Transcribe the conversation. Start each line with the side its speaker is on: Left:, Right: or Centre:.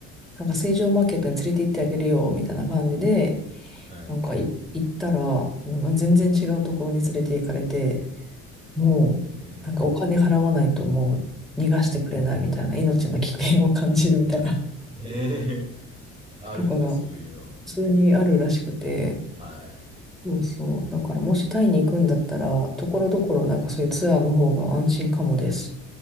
Centre: なんか水上マーケットに連れて行ってあげるよ、みたいな感じで、
Right: え、はい。
Centre: なんかい行ったら、もう全然違うところに連れて行かれて、もう、
Right: へ
Centre: なんかお金払わないともう逃がしてくれないみたいな、命の危険を感じるみたいな、
Right: え、へえ
Centre: <laughs>
Right: あるんだ、
Centre: とかが
Right: そういうの。
Centre: 普通にあるらしくて、
Right: はい。
Centre: そうそう。だからもしタイに行くんだったら、ところどころなんかそういうツアーの方が安心かもです。